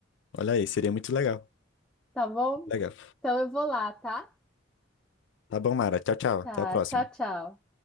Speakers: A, on the left; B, in the centre.
A: Olha aí, seria muito legal.
B: tá bom?
A: Legal.
B: Então eu vou lá, tá?
A: Tá bom, Mara. Tchau, tchau. Até
B: Tá,
A: a próxima.
B: tchau, tchau.